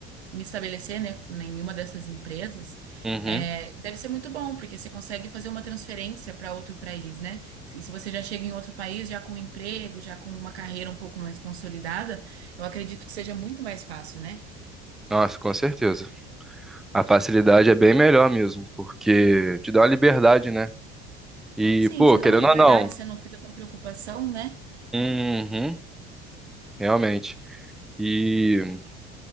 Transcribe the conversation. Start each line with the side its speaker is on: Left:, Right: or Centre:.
Right: me estabelecer, né, em uma dessas empresas,
Centre: Uhum.
Right: é, deve ser muito bom, porque você consegue fazer uma transferência para outro país, né? Se, se você já chega em outro país, já com um emprego, já com uma carreira um pouco mais consolidada, eu acredito que seja muito mais fácil, né?
Centre: Nossa, com certeza. A facilidade é bem melhor mesmo, porque te dá uma liberdade, né? E,
Right: Sim,
Centre: pô,
Right: te dá
Centre: querendo
Right: uma liberdade,
Centre: ou não.
Right: você não fica com preocupação, né?
Centre: Uhum, realmente. E,